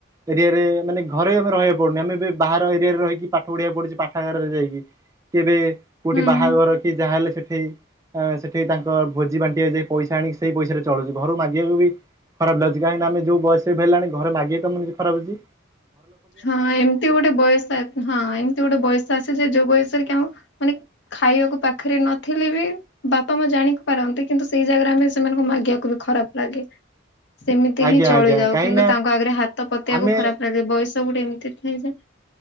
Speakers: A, on the right; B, on the left.
A: ଏରିଆରେ ମାନେ ଘରେ ଆମେ ରହିବା ପଡୁନି, ଆମେ ଏବେ ବାହାର ଏରିଆରେ ରହିକି ପାଠ ପଢିବାକୁ ପଡୁ ପାଠାଗାରରେ ଯାଇକି, କେବେ କୋଉଠି
B: ହୁଁ।
A: ବାହାଘର କି ଯାହା ହେଲେ ସେଠେଇ ସେଠେଇ ତାଙ୍କ ଭୋଜି ବାଣ୍ଟିିବା ଯାଇ ପଇସା ଆଣିକି ସେଇ ପଇସା ରେ ଚଳୁଛି, ଘରୁକୁ ମାଗିବାକୁ ବି ଖରାପ ଲାଗୁଛି କାହିଁକି ଆମେ ଯୋଉ ବୟସ ବି ହେଲାଣି ଘରେ ମାଗିବାକୁ ବି ଖରାପ ଲାଗୁଚି।
B: ହଁ ଏମିତି ଗୋଟେ ବୟସ, ହଁ ଏମିତି ଗୋଟେ ବୟସ ଆସେ ଯେ ଯୋଉ ବୟସ ଆ ମାନେ ଖାଇବାକୁ ପାଖରେ ନଥିଲେ ବି ବାପା ମା ଜାଣି ପାରନ୍ତି କିନ୍ତୁ ସେଇ ଜାଗାଟା ଆମେ ସେମାନଙ୍କୁ ମାଗିବାକୁ ବି ଖରାପ ଲାଗେ। ସେମିତି
A: ଆଜ୍ଞା
B: ହିଁ ଚଳିଯାଉ
A: ଆଜ୍ଞା କାହିଁକି
B: କିନ୍ତୁ
A: ନା
B: ତାଙ୍କ ଆଗରେ ହାତ ପତଆକୁ
A: ଆମେ
B: ଖରାପ ଲାଗେ ବୟସ୍ ସେଟ ଏମିତି ହୋଇଁ ଯେ <inaudible>